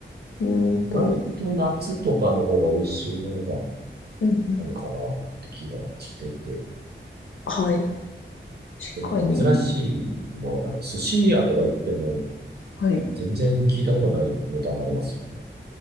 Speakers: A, on the left (about 80°); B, on the right (about 55°).
A: うーんと、
B: 意外と夏とかの方が美味しいものが
A: うんうん、
B: あるかなって気がしてて。
A: はい。
B: で、
A: 確かに。
B: なんか珍しいものがね、寿司屋とか行っても
A: はい。
B: 全然聞いたことないネタがありますよね。